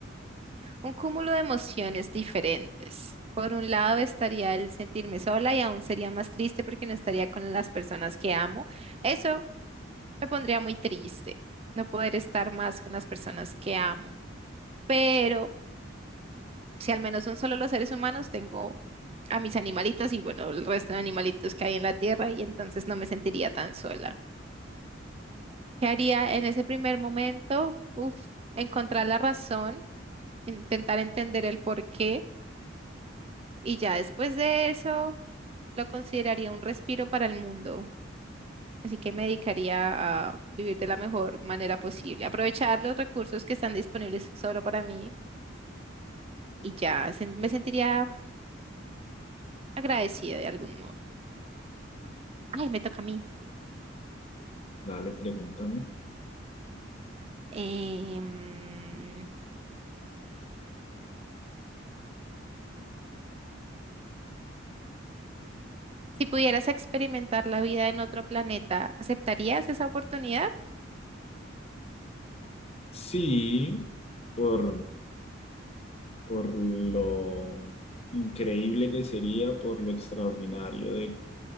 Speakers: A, on the right (about 30°); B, on the left (about 30°).
A: un cúmulo de emociones diferentes. Por un lado estaría el sentirme sola y aún sería más triste porque no estaría con las personas que amo. Eso me pondría muy triste, no poder estar más con las personas que amo. Pero si al menos son solo los seres humanos, tengo a mis animalitos y bueno, el resto de animalitos que hay en la tierra y entonces no me sentiría tan sola. ¿Qué haría en ese primer momento? Uf, encontrar la razón, intentar entender el porqué y ya después de eso lo consideraría un respiro para el mundo. Así que me dedicaría a vivir de la mejor manera posible, aprovechar los recursos que están disponibles solo para mí y ya se- me sentiría agradecida de algún modo. Ay, me toca a mí.
B: Dale, pregúntame.
A: Em, si pudieras experimentar la vida en otro planeta, ¿aceptarías esa oportunidad?
B: Sí, por, por lo increíble que sería, por lo extraordinario de